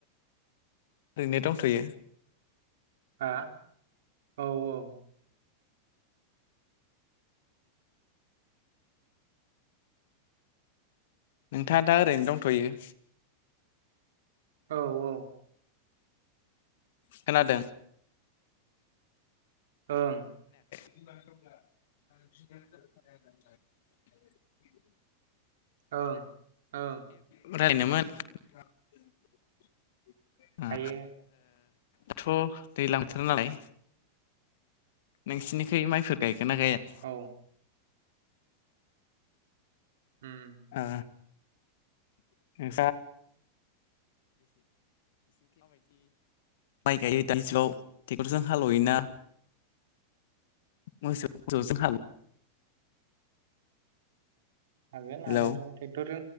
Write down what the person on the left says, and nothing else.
ओरैनो दंथैयो
नोंथाङा दा ओरैनो दंथ'यो
खोनादों
<unintelligible>
रायज्लायनोमोन
दाथ' दैज्लां बोथोर नालाय नोंसिनिखै माइफोर गायगो ना गाया?
ओ <inaudible> माइ गायो दानिजुगाव ट्रेक्टरजों हालेवयोना मोसौ मोसौजों हा
हेलौ
ओ